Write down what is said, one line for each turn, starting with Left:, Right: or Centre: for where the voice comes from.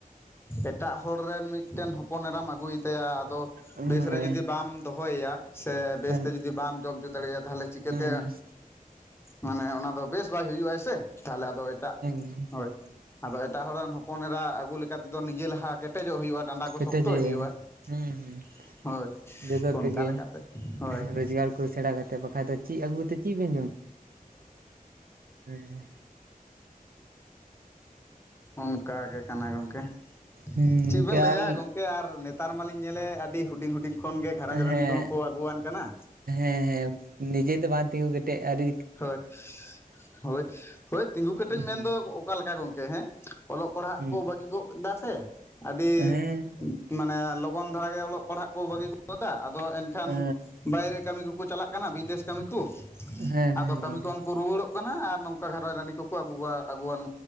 Left: ᱮᱴᱟᱜ ᱦᱚᱲ ᱨᱮᱱ ᱢᱤᱫᱴᱮᱱ ᱦᱚᱯᱚᱱ ᱮᱨᱟᱢ ᱟᱹᱜᱩᱭ ᱛᱮ ᱟᱫᱚ
Right: ᱦᱳᱭ
Left: ᱵᱮᱥ ᱨᱮ ᱡᱩᱫᱤ ᱵᱟᱢ ᱫᱚᱦᱚᱭᱮᱭᱟ ᱥᱮ
Right: ᱛᱟᱦᱞᱮ
Left: ᱵᱮᱥᱛᱮ ᱡᱩᱫᱤ ᱵᱟᱢ ᱡᱚᱢ ᱦᱚᱪᱚ ᱫᱟᱲᱮᱭᱟᱜᱼᱟ ᱛᱟᱦᱚᱞᱮ ᱪᱤᱠᱟᱹ
Right: ᱦᱩᱸ
Left: ᱛᱮ ᱢᱟᱱᱮ ᱚᱱᱟ ᱫᱚ ᱵᱮᱥ ᱵᱟᱭ ᱦᱩᱭᱩᱜᱼᱟ ᱥᱮ ᱛᱟᱦᱞᱮ ᱟᱫᱚ ᱮᱴᱟᱜ
Right: ᱦᱩᱸ
Left: ᱦᱳᱭ ᱟᱫᱚ ᱮᱴᱟᱜ ᱦᱚᱲ ᱨᱮᱱ ᱦᱚᱯᱚᱱ ᱮᱨᱟ ᱟᱹᱜᱩ ᱞᱮᱠᱟ ᱛᱮᱫᱚ ᱱᱤᱡᱮ ᱞᱟᱦᱟ <unintelligible> ᱠᱴᱮᱡᱚᱜ ᱦᱩᱭᱩᱜᱼᱟ ᱰᱟᱸᱰᱟ ᱠᱚ
Right: ᱠᱮᱴᱮᱡᱮ
Left: ᱥᱚᱠᱛᱚᱭ ᱦᱩᱭᱩᱜᱼᱟ
Right: ᱦᱩᱸ
Left: ᱾ ᱦᱳᱭ
Right: ᱡᱚᱛᱚ
Left: ᱚᱱᱠᱟ
Right: ᱛᱮᱜᱮ
Left: ᱞᱮᱠᱟᱛᱮ ᱦᱳᱭ ᱾
Right: ᱨᱳᱡᱽᱜᱟᱨ ᱠᱚ ᱥᱮᱬᱟ ᱠᱟᱛᱮᱫ ᱵᱟᱠᱷᱟᱡ ᱫᱚ ᱪᱮᱫ ᱟᱹᱜᱩ ᱠᱟᱛᱮ ᱪᱮᱫ ᱵᱮᱱ ᱡᱚᱢ ᱦᱮᱸ ᱦᱮᱸ
Left: ᱚᱱᱠᱟ ᱜᱮ ᱠᱟᱱᱟ ᱜᱚᱝᱠᱮ
Right: ᱦᱩᱸ
Left: ᱪᱮᱫ ᱵᱮᱱ
Right: ᱠᱮᱭᱟᱞ
Left: ᱞᱟᱹᱭᱟ ᱜᱚᱝ ᱠᱮ ᱟᱨ ᱱᱮᱛᱟᱨ ᱢᱟᱞᱤᱧ ᱧᱮᱞᱮ ᱟᱹᱰᱤ ᱦᱩᱰᱤᱧ ᱦᱩᱰᱤᱧ ᱠᱷᱚᱱᱜᱮ ᱜᱷᱟᱨᱚᱸᱡᱽ ᱨᱟᱹᱱᱤ
Right: ᱦᱮᱸ
Left: ᱠᱚᱦᱚᱸ ᱠᱚ ᱟᱹᱜᱩᱣᱟᱱ ᱠᱟᱱᱟ ᱾
Right: ᱦᱮᱸ ᱦᱮᱸ ᱾ ᱱᱤᱡᱮ ᱛᱮ ᱵᱟ ᱛᱤᱸᱜᱩ ᱠᱮᱴᱮᱡ ᱟᱹᱨᱤ
Left: ᱦᱳᱭ ᱦᱳᱭ ᱦᱳᱭ ᱛᱤᱸᱜᱩ ᱠᱮᱴᱮᱡ
Right: ᱦᱩᱸ
Left: ᱢᱮᱱᱫᱚ ᱚᱠᱟ ᱞᱮᱠᱟ ᱜᱚᱢᱠᱮ ᱦᱮᱸ ᱾ ᱚᱞᱚᱜ ᱯᱟᱲᱦᱟᱜ
Right: ᱦᱩᱸ
Left: ᱠᱚ ᱵᱟᱹᱜᱤ ᱜᱚᱜ ᱮᱫᱟ ᱥᱮ ᱟᱹᱰᱤ
Right: ᱦᱮᱸ
Left: ᱢᱟᱱᱮ ᱞᱚᱜᱚᱱ ᱫᱷᱟᱨᱟᱜᱮ ᱚᱞᱚᱜ ᱯᱟᱲᱦᱟᱜ ᱠᱚ ᱵᱟᱹᱜᱤ ᱜᱚᱫᱟ ᱟᱫᱚ ᱮᱱᱠᱷᱟᱱ
Right: ᱦᱮᱸ
Left: ᱵᱟᱭᱨᱮ ᱠᱟᱹᱢᱤ ᱠᱚᱠᱚ ᱪᱟᱞᱟᱜ ᱠᱟᱱᱟ ᱵᱤᱫᱮᱥ ᱠᱟᱹᱢᱤ ᱠᱚ ᱾
Right: ᱦᱮᱸ
Left: ᱟᱫᱚ
Right: ᱦᱮᱸ
Left: ᱠᱟᱹᱢᱤ
Right: ᱜᱚᱝᱠᱮ
Left: ᱠᱷᱚᱱ ᱠᱩ ᱨᱩᱣᱟᱹᱲᱚᱜ ᱠᱟᱱᱟ ᱟᱨ ᱱᱚᱝᱠᱟ ᱜᱷᱟᱨᱚᱸᱡᱽ ᱨᱟᱹᱱᱤ ᱠᱚᱠᱚ ᱟᱹᱜᱩᱣᱟ ᱟᱹᱜᱩᱣᱟᱱ